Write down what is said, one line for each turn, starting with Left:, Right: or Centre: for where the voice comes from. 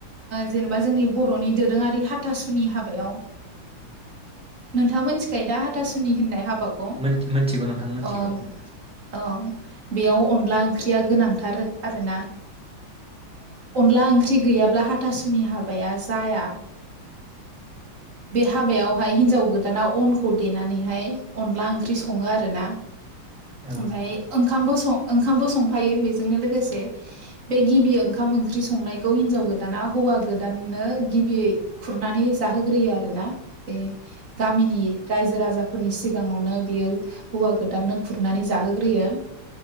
Right: जेनेबा ओ जोंनि बर'नि दोरोङारि हा आथासुनि हाबायाव नोंथाङा मोनथिखायो दा थासुनि होननाय हाबाखौ
Centre: मोन मोनथिगौ नोंथां मोनथिगौ
Right: अ अ बेयाव अनला ओंख्रिया गोनांथार आरोना अनला ओंख्रि गैयाब्ला हाथासुनि हाबाया जाया। बे हाबायावहाय हिन्जाव गोदाना अनखौ देनानैहाय अनला ओंख्रि सङो आरोना
Centre: औ
Right: ओमफाय ओं ओंखामबो ओंखामबो संफायो बेजोंनो लोगोसे बे गिबि ओंखाम ओंख्रि संनायखौ हिनजाव गोदाना हौवा गोदाननो गिबियै खुरनानै जाहोग्रोयो आरो ना बे गामिनि रायजो राजाफोरनि सिगाङावनो बियो हौवा गोदाननो खुरनानै जाहोग्रोयो